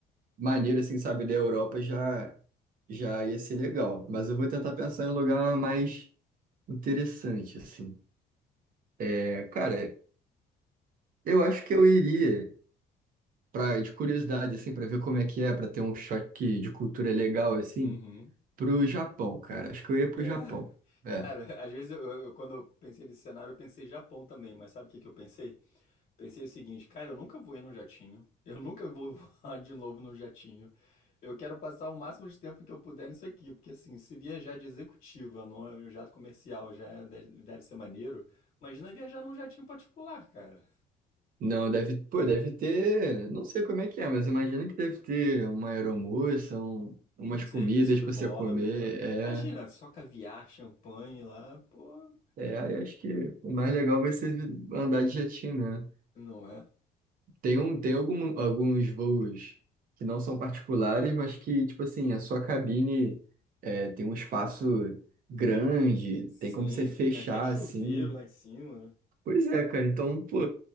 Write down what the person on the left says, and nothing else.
Uhum.
É,
cara, <laughs> às vezes eu, eu- quando eu pensei nesse cenário, eu pensei Japão também, mas sabe o que que eu pensei? Pensei o seguinte, cara, eu nunca voei num jatinho, eu nunca vou <laughs> voar de novo num jatinho. Eu quero passar o máximo de tempo que eu puder nisso aqui, porque assim, se viajar de executiva, não é um jato comercial, já é- deve deve ser maneiro. Imagina viajar num jatinho particular, cara.
Um serviço
de
bordo,
né?
Imagina, só caviar, champanhe lá, pô,
não é?
Sim,
tem até chuveiro
lá em cima. né?